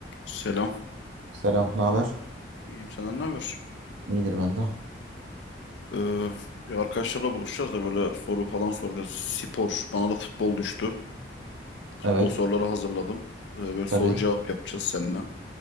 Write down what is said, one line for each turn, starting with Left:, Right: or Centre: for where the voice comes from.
Left: Selam.
Right: Selam, ne haber?
Left: İyiyim senden ne haber?
Right: İyidir ben de.
Left: Ee, bir arkadaşlarla buluşacağız da böyle soru falan soracağız. Spor. Bana da futbol düştü. Futbol
Right: Evet,
Left: soruları hazırladım. Ee, böyle soru
Right: tabii.
Left: cevap yapacağız seninle.